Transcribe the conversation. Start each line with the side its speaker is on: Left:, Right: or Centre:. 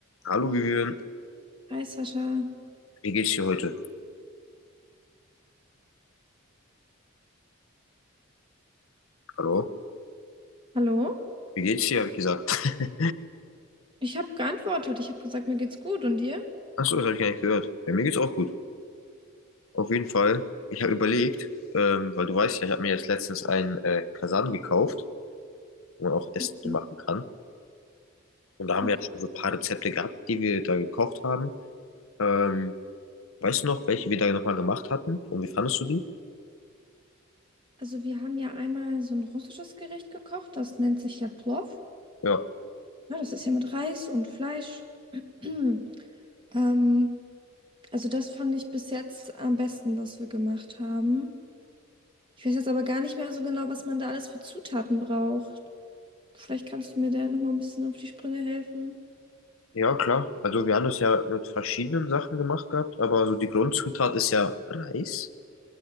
Left: Hallo Vivian,
Right: Hi Sascha,
Left: wie geht's dir heute? Hallo?
Right: hallo?
Left: Wie geht's dir, habe ich gesagt. <laughs>
Right: Ich habe geantwortet. Ich habe gesagt, mir geht's gut und dir?
Left: Achso, das habe ich gar nicht gehört. Ja, mir geht's auch gut. Auf jeden Fall. Ich habe überlegt, ähm, weil du weißt ja, ich habe mir jetzt letztens einen äh, Kasan gekauft, wo man auch Essen
Right: Mhm.
Left: machen kann. Und da haben
Right: Okay.
Left: wir ja schon so ein paar Rezepte gehabt, die wir da gekocht haben. Ähm, weißt du noch, welche wir da nochmal gemacht hatten? Und wie fandest du die?
Right: Also wir haben ja einmal so ein russisches Gericht gekocht, das nennt sich ja Plov.
Left: Ja.
Right: Ja, das ist ja mit Reis und Fleisch. <clears throat> Ähm, also das fand ich bis jetzt am besten, was wir gemacht haben. Ich weiß jetzt aber gar nicht mehr so genau, was man da alles für Zutaten braucht. Vielleicht kannst du mir da nochmal ein bisschen auf die Sprünge helfen.
Left: Ja, klar. Also wir haben das ja mit verschiedenen Sachen gemacht gehabt, aber so die Grundzutat ist ja Reis.